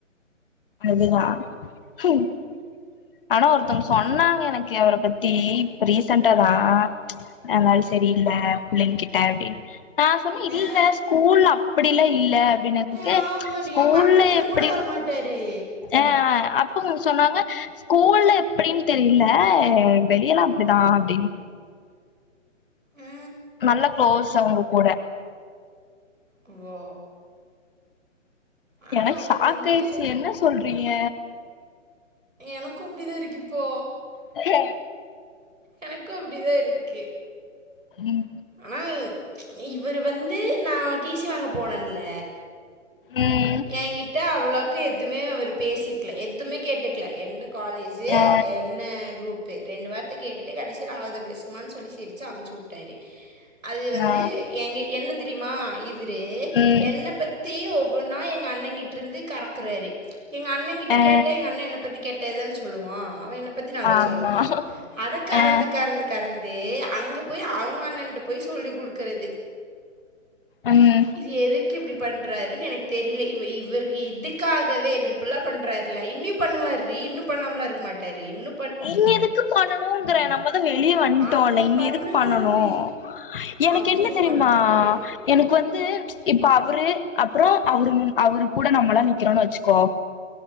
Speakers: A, on the left (about 45°); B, on the right (about 80°).
A: அதுதா ம் ஆனா ஒருத்தவங்க சொன்னாங் க எனக்கு அவர பத்தி ரீசன்டாதா
B: ம்
A: ம்ச் அந்தாளு
B: ஆ
A: செரியில்ல புள்ளைங்கிட்ட அப்டினு நா சொன்ன இல்ல
B: ஆ
A: ஸ்கூல்ல அப்படிலா இல்ல அப்பிடினதுக்கு
B: ஆ, ஆமாடி
A: ஸ்கூல்ல
B: பக்கத்துல
A: எப்படி
B: கூட வரமாட்டாரு
A: ஆ அப்போ சொன்னாங்க ஸ்கூல்ல எப்பிடினு தெரில ஆ வெளியெல்லா அப்டிதா அப்டின்
B: ஆ,
A: நல்ல கோளோஸ் அவுங்க கூட
B: ஓ ஆனா
A: எனக்கு
B: அவர்
A: ஷாக்காயிருச்சு
B: வந்து
A: என்ன சொல்றீங்க
B: எனக்கு அப்டிதாருக்கு இப்போ
A: ஆ
B: எனக்கு அப்டிதாருக்கு
A: ம்
B: ஆனா ம்ச் இவரு வந்து நா டி சி வாங்க போனல்ல
A: ம்
B: என்கிட்ட அவ்ளோக்கு எதுமே அவரு பேசிக்ல எதுமே கேட்டுக்ல என்ன காலேஜூ
A: ஆ
B: என்ன குரூப் ப்பு ரெண்டு வார்த்த கேட்டுட்டு கடைசில ஆல் த பெஸ்ட் மானு சொல்லி சிரிச்சு அனுப்சிவிட்டாரு அது வந்து
A: ஆ
B: எங்க என்னத் தெரியுமா இவரு
A: ம்
B: என்ன பத்தி ஒவ் ஒவ்வொன்னா எங்க அண்ணங்கிட்ருந்து கறக்குறாரு எங்க அண்ணங்கிட்ட
A: ஆ
B: கேட்ட எங்க அண்ண என்ன பத்தி கேட் ட்டதுதான சொல்லுவா அவ என்ன பத்தி நல்லது
A: ஆமா
B: சொல்லுவானா அத கறந்து
A: ஆ
B: கறந்து கறந்து அங்க போய் அவங்கன் போய் சொல்லி குடுக்கறது
A: ம்
B: இது எதுக்கிப்டி பண்றாருனு எனக்கு தெரியில இவ இவ் இவரு இதுக்காகவே இவரு ப்பள்ளா பண்றாருல இன்னியு பண்ணுவாரீ இன்னு பண்ணாமலா இருக்க மாட்டாரு இன்னு
A: இன்னு எதுக்கு பண்ணணுங்கற நம்மதா வெளிய வண்டோல்ல
B: அவர்
A: இன்னு
B: பண்ணுவார்
A: எதுக்கு பண்ணணு ஓ எனக்கு
B: அவர்
A: என்ன தெரியுமா
B: பண்ணுவார்
A: எனக்கு வந்து ம்ச் இப்ப அவரு அப்புறோ அவரு அவரு கூட நம்ம எல்லா நிக்கிறோன்னு வெச்சுக்கோ